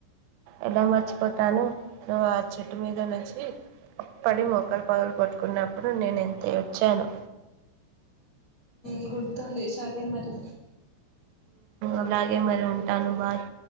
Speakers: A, on the right; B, on the left.
A: ఎలా మర్చిపోతాను నువ్వు చెట్టు మీద నుంచి పడి మొకాలు పగల కొట్టుకున్నప్పుడు నేను ఎంత ఏడ్చాను
B: హ గుర్తుంది సరే మరి
A: అలాగే మరి ఉంటాను బాయ్